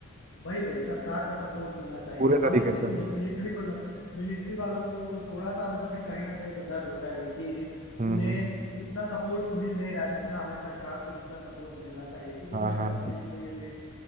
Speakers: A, on the left; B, on the right.
A: भाई भाई सरकार का सपोर्ट मिलना चाहिए
B: पूरे
A: हमें
B: तरीके
A: देख
B: से
A: मिल, मिलिट्री को लग, मिलिट्री वालों को थोड़ा सा अंदर से कहीं ना कहीं तो डर होता है कि
B: हम्म
A: उन्हें
B: हम्म
A: उतना सपोर्ट मिल नहीं रहा है जितना हमें सरकार से जितना सपोर्ट मिलना चाहिए क्योंकि
B: हाँ
A: उन्हें
B: हाँ
A: हर चीज से ये ये